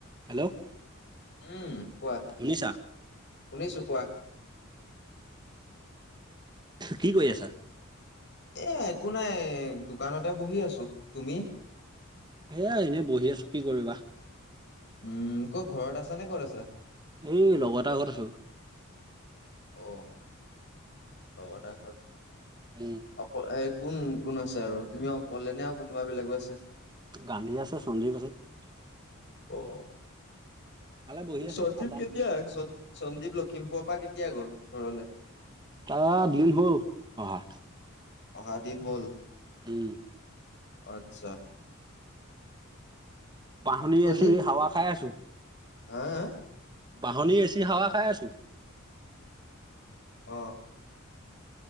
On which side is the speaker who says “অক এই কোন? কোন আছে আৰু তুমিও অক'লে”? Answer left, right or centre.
Left